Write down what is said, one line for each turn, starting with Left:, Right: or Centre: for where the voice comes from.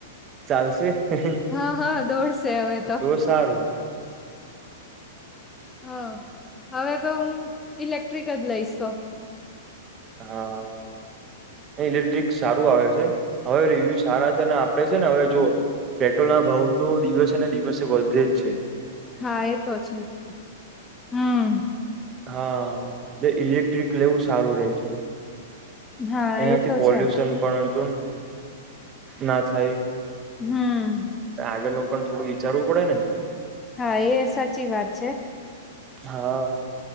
Right: ચાલશે હે-હે
Left: હા હા દોડશે હવે
Right: તો સારું.
Left: હા હવે તો હું ઇલેક્ટ્રિક જ લઈશ તો.
Right: હા. ઇલેક્ટ્રિક સારું આવે છે, હવે રિવ્યુ સારા છે ને આપડે છે ને હવે જુઓ પેટ્રોલ ના ભાવ તો દિવસે ને દિવસે વધે જ છે.
Left: હા એ તો છે જ <unintelligible> હમ.
Right: હા <unintelligible> ઇલેક્ટ્રિક લેવું સારું રેય
Left: હા
Right: એનાથી
Left: એ તો
Right: પોલ્યુશન
Left: છે
Right: પણ જોન ના થાય.
Left: હમ.
Right: આગળનું પણ થોડું વિચારવું પડે ને.
Left: હા એ સાચી વાત છે.
Right: હા.